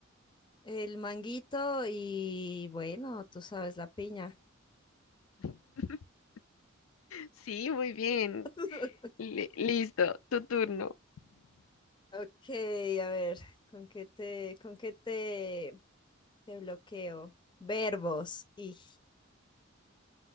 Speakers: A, on the left; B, on the left.
A: el manguito y bueno, tú sabes, la piña.
B: <laughs> Sí, muy bien.
A: <laughs>
B: Li- listo, tu turno.
A: Ok, a ver, ¿con qué te, con qué te de bloqueo. Verbos. Y.